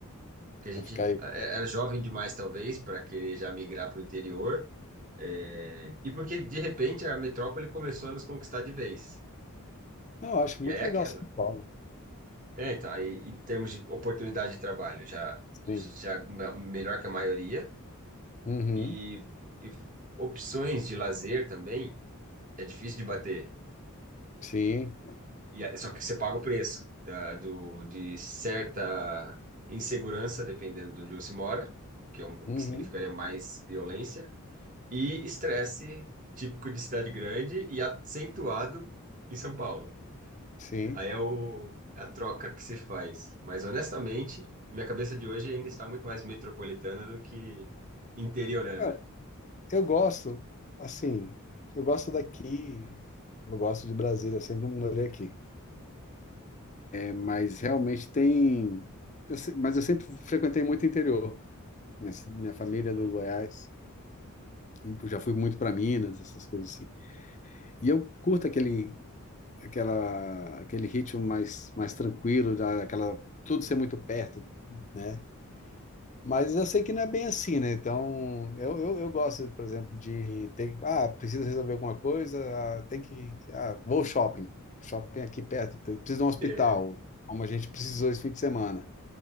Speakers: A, on the right; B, on the left.
A: Porque a gente
B: Vai ficar aí.
A: eh, era jovem demais, talvez, para querer já migrar para o interior. É, E porque, de repente, a metrópole começou a nos conquistar de vez.
B: Não, eu acho
A: E
B: muito
A: aí é aquela.
B: legal São Paulo.
A: É, então, aí em termos de oportunidade de trabalho, já,
B: Sim.
A: já me- melhor que a maioria,
B: Uhum.
A: e, e opções de lazer também é difícil de bater.
B: Sim.
A: E, a- só que você paga o preço da, do, de certa insegurança, dependendo de onde você mora, que, é um,
B: Uhum.
A: que significaria mais violência, e estresse típico de cidade grande e acentuado em São Paulo.
B: Sim.
A: Aí é o, é a troca que se faz. Mas honestamente, minha cabeça de hoje ainda está muito mais metropolitana do que interiorana.
B: Cara, eu gosto, assim, eu gosto daqui, eu gosto de Brasília, eu sempre morei aqui. Mas realmente tem. eu se- mas eu sempre frequentei muito interior. Minha, ci- minha família
A: Uhum.
B: é do Goiás. Eu Já fui muito para Minas, essas coisas assim. E eu curto aquele, aquela, aquele ritmo mais, mais tranquilo, da- aquela, tudo ser muito perto, né? Mas eu sei que não é bem assim, né? Então, eu, eu, eu gosto, por exemplo, de ter, ah, preciso resolver alguma coisa, ah, tem que, ah, vou ao shopping. Shopping é aqui perto, tem- preciso de um hospital,
A: É.
B: como a gente precisou esse fim de semana,